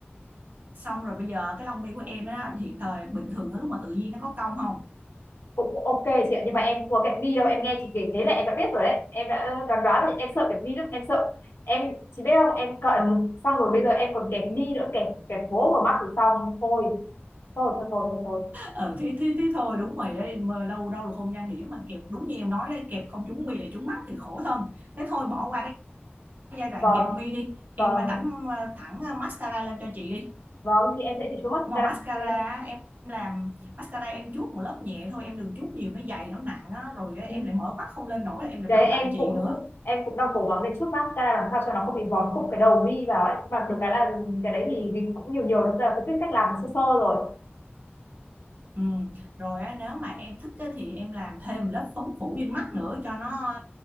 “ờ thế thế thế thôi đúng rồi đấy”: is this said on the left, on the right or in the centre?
Right